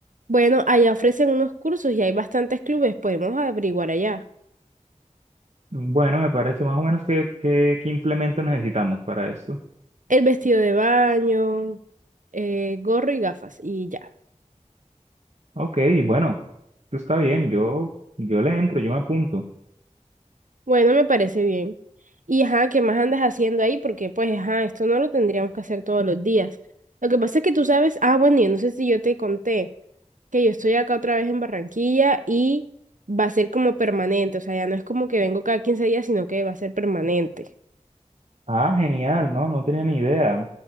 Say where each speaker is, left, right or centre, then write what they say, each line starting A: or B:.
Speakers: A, on the right (about 85°); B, on the right (about 55°).
A: Bueno, allá ofrecen unos cursos y hay bastantes clubes, podemos averiguar allá.
B: Bueno, me parece más o menos que, que, qué implemento necesitamos para esto.
A: El vestido de baño, eh, gorro y gafas y ya.
B: Ok, bueno. Pues está bien, yo, yo le entro, yo me apunto.
A: Bueno, me parece bien. Y ajá, ¿qué más andas haciendo ahí? Porque pues ajá, esto no lo tendríamos que hacer todos los días. Lo que pasa es que tú sabes, ah, bueno, yo no sé si yo te conté que yo estoy acá otra vez en Barranquilla y va a ser como permanente, o sea, ya no es como que vengo cada quince días, sino que va a ser permanente.
B: Ah, genial, no, no tenía ni idea.